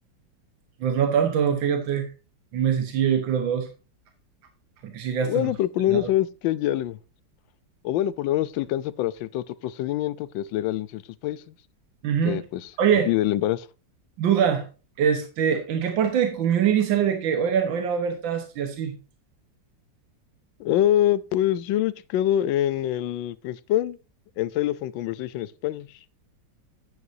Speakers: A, on the right; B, on the left.
A: Pues no tanto, fíjate. Un mesecillo, yo creo dos, porque sí gastan
B: Bueno,
A: los condenados.
B: pero por lo menos sabes que hay algo. O bueno, por lo menos te alcanza para cierto otro procedimiento que es legal en ciertos países,
A: Ujú.
B: que pues
A: Oye,
B: impide el embarazo.
A: duda, este, ¿en qué parte de Community sale de que, oigan, hoy no va a haber tasks y así?
B: Ah, pues yo lo he checado en el principal, en Xylophone Conversation Spanish.